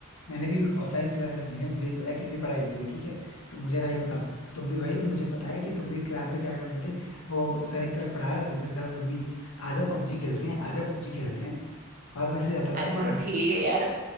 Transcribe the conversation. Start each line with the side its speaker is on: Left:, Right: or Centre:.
Left: मैंने भी ऑफलाइन क्लासेस ली है मुझे भी पता है कितनी पढ़ाई होती है ठीक है तो मुझे राही बताओ तुम भी भाई मुझे पता है कि तुम भी क्लास में क्या करते थे वो सर एक तरफ पढ़ा रहे दूसरी तरफ तुम भी आ जाओ पबजी खेलते हैं आ जाओ पबजी खेलते हैं बहुत मैसेज आता था
Right: अरे
Left: तुम्हारा
Right: तो ठीक है यार